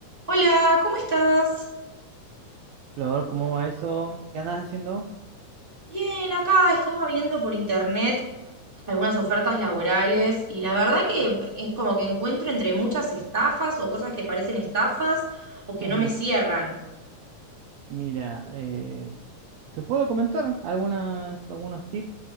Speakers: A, on the right (about 20°); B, on the right (about 75°).
A: Hola, ¿cómo estás?
B: Flor, ¿cómo va eso? ¿Qué andas haciendo?
A: Bien, acá estaba viendo por internet algunas ofertas laborales y la verdad que es como que encuentro entre muchas estafas o cosas que parecen estafas o que
B: Ujú.
A: no me cierran.
B: Mira, eh, te puedo comentar algunas, algunos tips